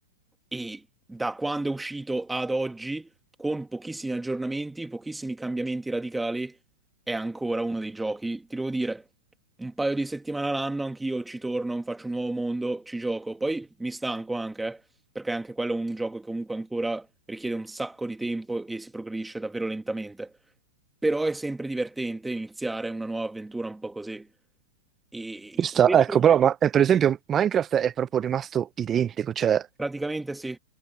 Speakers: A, in the centre; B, on the right (about 20°).
A: E da quando è uscito ad oggi, con pochissimi aggiornamenti, pochissimi cambiamenti radicali, è ancora uno dei giochi, ti devo dire, un paio di settimane all'anno anch'io ci torno, faccio un nuovo mondo, ci gioco. Poi mi stanco anche, eh, perché anche quello è un gioco che comunque ancora richiede un sacco di tempo e si progredisce davvero lentamente. Però è sempre divertente iniziare una nuova avventura un po' così. E
B: Ci sta,
A: ti piace?
B: ecco, però ma, eh, per esempio Minecraft è proprio rimasto identico, cioè
A: Praticamente sì.